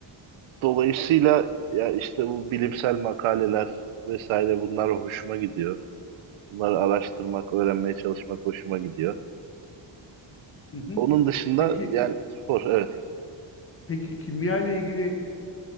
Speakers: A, on the right (about 85°); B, on the left (about 30°).
A: Dolayısıyla ya işte bu bilimsel makaleler vesaire bunlar hoşuma gidiyor. Bunları araştırmak, öğrenmeye çalışmak hoşuma gidiyor.
B: hı hı.
A: Onun dışında
B: Peki,
A: yani spor evet.
B: peki kimya ile ilgili